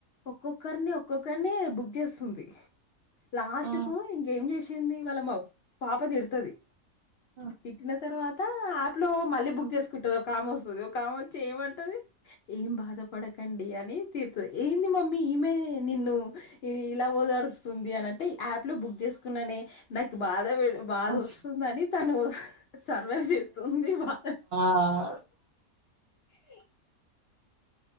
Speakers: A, on the left (about 60°); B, on the right (about 60°).
A: ఒక్కొక్కరిని ఒక్కొక్కరిని బుక్చే సుందీ లాస్ట్
B: ఆ
A: కు ఇంకేం చేసింది వాళ్ళ మా పాప తిడుతది
B: ఆ,
A: తిట్టిన తరువాత త ఆప్ లో మళ్ళీ బుక్ చేసుకుంటది ఒకకామ వస్తది ఒక కామ వచ్చి ఏమంటది ఏం బాధపడకండి అని తీరుతది ఏంది మమ్మీ ఈమె నిన్ను ఇలా దరుస్తుంది అంటే యాప్ లో బుక్ చేసుకున్నా నాకు బాధ బాధ
B: ఆ.
A: వస్తుందిని తను సర్వైవ్ చేస్తుంది బాధ
B: ఆ
A: <unintelligible>